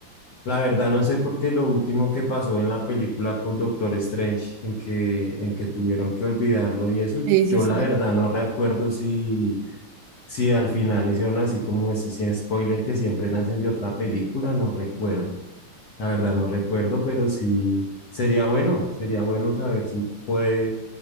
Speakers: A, on the left (about 55°); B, on the right (about 80°).
A: la verdad no sé por qué lo último que pasó en la película con Doctor Strange, en que, en que tuvieron que olvidarlo y eso,
B: Sí, sí,
A: yo
B: sí.
A: la verdad no recuerdo si, si al final hicieron así como eso, si es spoiler que siempre nacen de otra película, no recuerdo. La verdad no recuerdo, pero sí sería bueno, sería bueno saber si puede